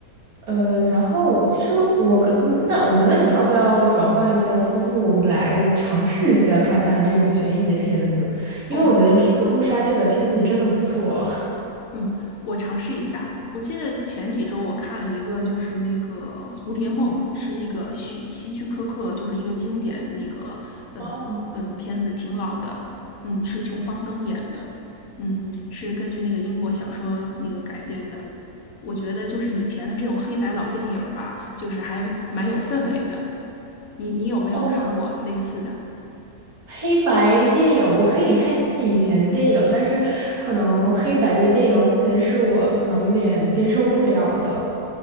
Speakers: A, on the right (about 70°); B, on the left (about 65°).
A: 呃，然后其实我跟嗯那我觉得你要不要转换一下思路来尝试一下看看这种悬疑的片子，因为我觉得这个《误杀》这个片子真的不错。
B: 哦。嗯，我尝试一下。我记得前几周我看了一个，就是那个《蝴蝶梦》，是那个希希区柯克，就是一个经典的那个，嗯嗯，
A: 哦
B: 片子挺老的，嗯，是琼芳登演的，嗯，是根据那个英国小说那个改编的。我觉得就是以前的这种黑白老电影儿吧，就是还蛮有氛围的。你你有没有看过类似的？
A: <laughs> 哦，黑白电影我可以看以前的电影，但是可能黑白的电影目前是我可能有点接受不了的。